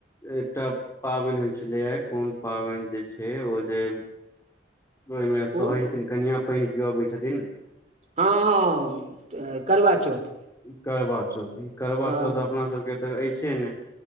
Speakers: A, on the left; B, on the right.
A: एकटा पाबनि होय छलेये कोन पाबनि जे छैय ओ जे ओहिमे
B: कोन
A: सहै छथिन्ह कनिया पानि पियबैत छथिन्ह।
B: हँ-हँ करवा चौथ
A: कड़बा चौथ कड़बा
B: हँ
A: चौथ अपना सबके तऽ अछिये ने